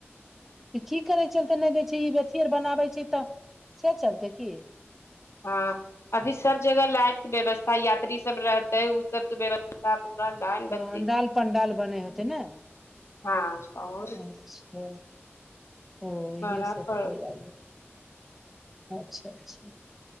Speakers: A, in the centre; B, on the left.
A: की करै चलते नहि दै छी ई अथी आर बनाबै छै तऽ से चलते की
B: हाँ अभी सब जगह लाइटके व्यवस्था यात्री सब रहतै ओ सब के व्यवस्था पूरा पुरा लाइन ब्ती
A: अंडाल पंडाल बनै होते ने
B: हाँ आओर
A: अच्छा। ओ
B: बड़ा
A: इहे सब
B: पर
A: तऽ
B: की
A: आ अच्छा अच्छा।